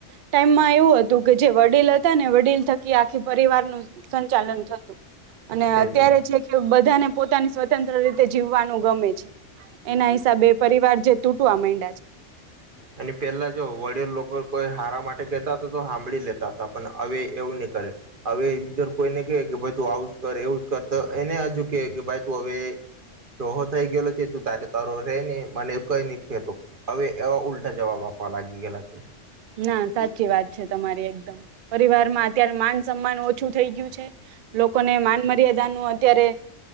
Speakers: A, on the right; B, on the right.
A: ટાઈમમાં એવું હતું કે જે વડીલ હતા ને વડીલ થકી આખી પરિવાર નું સંચાલન થતું અને
B: તેજ
A: અત્યારે
B: ને
A: છે કે બધ બધાને પોતાની સ્વતંત્ર રીતે જીવવાનું ગમે છે એના હિસાબે પરિવાર જે તૂટવા માં
B: અને પેલા જો વડેલ લોકો કોઈ હારા માટે કેતા તો તો હમ હાંભળી લેતા હતા પણ હવે એવું નહી કરે હવે જો કોઈને ક કે ભ તું આવું જ કર એવું જ કર તો એને હજુ કે કે ભ હવે ડોહો થઈ ગયેલો છે તું તારે તારો રે ને મને કઈ નહી કેતો. હવે એવા ઉલટા જવાબ આપવા લાગી ગયલા છે.
A: ના સાચી વાત છે તમારી એકદમ પરિવારમાં અત્યારે માન સન્માન ઓછું થઈ ગયું છે લોકોને માન મર્યાદાનું અત્યારે